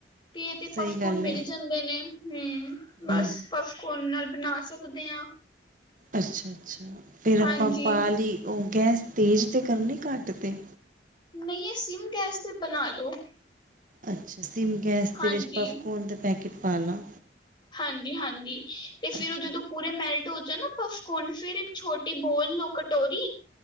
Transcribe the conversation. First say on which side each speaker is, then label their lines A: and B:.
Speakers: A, on the left (about 25°); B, on the right (about 45°).
A: ਤੇ ਇਹ ਤੇ
B: ਸਹੀ
A: ਪਫਕੋਨ
B: ਗੱਲ
A: ਮਿਲ
B: ਹੈ
A: ਜਾਂਦੇ ਨੇ, ਹੂੰ, ਬਸ।
B: ਹਮ
A: ਪਫਕੋਨ ਨਾਲ ਬਣਾ ਸਕਦੇ ਹਾਂ।
B: ਅੱਛ-ਅੱਛਾ, ਫਿਰ ਆਪਾਂ
A: ਹਾਂਜੀ
B: ਪਾ ਲਈ, ਉਹ ਗੈਸ ਤੇਜ਼ 'ਤੇ ਕਰਨੀ ਘੱਟ 'ਤੇ?
A: ਨਹੀਂ ਇਹ, ਸਿਮ ਗੈਸ ਤੇ ਬਣਾ ਲਉ।
B: ਅੱਛਾ, ਸਿੰਮ ਗੈਸ
A: ਹਾਂਜੀ।
B: ਦੇ ਵਿੱਚ ਪਫਕੋਨ ਦੇ ਪੈਕੇਟ ਪਾਲਾਂ
A: ਹਾਂਜੀ-ਹਾਂਜੀ ਤੇ ਫਿਰ
B: ਅੱਛਾ
A: ਉਹ ਜਦੋਂ, ਪੂਰੇ ਮੈਲਟ ਹੋ ਜਾਣ ਨਾ, ਪਫਕੋਨ ਫਿਰ ਛੋਟੀ ਬੋਲ ਨੂੰ ਕਟੋਰੀ